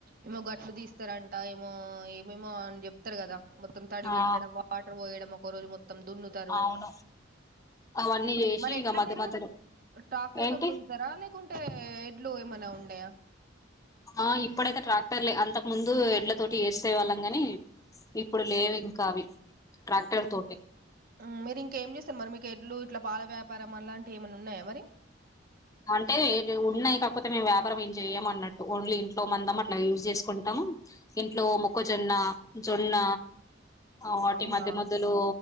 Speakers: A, on the right; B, on the left.
A: ఏమో గట్లు తీస్తారంట ఏమో ఏమేమో అని చెప్తారు కదా మొత్తం తడి
B: ఆ
A: పెట్టడం వాటర్ పోయడం ఒకరోజు మొత్ మొత్తం దున్నుతారు
B: అవును అవన్నీ చేసి
A: మరి
B: ఇగ
A: ఎట్లా
B: మధ్య
A: మీరు
B: మధ్యలో
A: టాక్టర్
B: ఏంటి
A: తోని దున్నుతరా లేకుంటే ఎడ్లు ఏమైనా ఉండయా
B: ఆ ఇప్పుడైతే ట్రాక్టర్లే అంతకు ముందు ఎడ్ల తోటి వేస్తే వాళ్ళం కాని ఇప్పుడు లేవు ఇంకా అవి ట్రాక్టర్ తోటె
A: ఉ మీరు ఇంకేం చేస్తారు మరి మీకు ఎడ్లు ఇట్ల పాల వ్యాపారం అలాంటివి ఏమైన్నా ఉన్నాయా మరి
B: అంటే ఉన్నాయి కాకపోతే మేము వ్యాపారం ఏం చేయమ అన్నట్టు ఓన్లీ ఇంట్లో మందం అట్లా యూజ్ చేసుకుంటాము ఇంట్లో
A: అవును
B: మొక్కజొన్న జొన్న ఆ వాటి
A: అవునా
B: మధ్య మధ్యలో